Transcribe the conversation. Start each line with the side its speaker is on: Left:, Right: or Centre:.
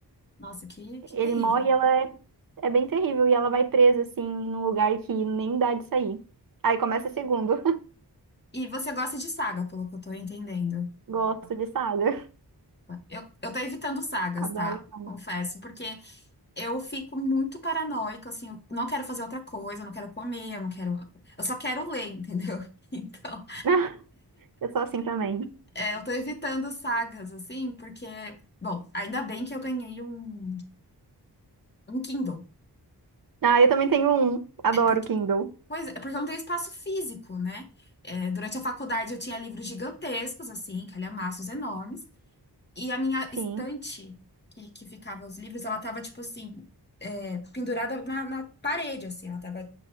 Left: Nossa, que, que
Right: Ele
Left: terrível.
Right: morre, e ela é, é bem terrível e ela vai presa assim num lugar que nem dá de sair. Aí começa o segundo. <laughs>
Left: E você gosta de saga, pelo que eu tô entendendo.
Right: Gosto de saga.
Left: Eu, eu tô evitando sagas,
Right: Adoro
Left: tá?
Right: saga.
Left: Confesso, porque Eu fico muito paranoica, assim, eu não quero fazer outra coisa, eu não quero comer, eu não quero. Eu só quero ler, entendeu? <laughs> Então,
Right: <laughs> Eu sou assim também.
Left: é, eu tô evitando sagas, assim, porque, bom, ainda bem que eu ganhei um, um Kindle.
Right: Ah, eu também tenho um. Adoro
Left: É porque,
Right: Kindle.
Left: pois é, porque eu não tenho espaço físico, né? É, durante a faculdade eu tinha livros gigantescos, assim, calhamaços enormes, e a minha estante
Right: Sim.
Left: que, que ficava os livros, ela tava, tipo assim, é, pendurada na, na parede, assim, ela tava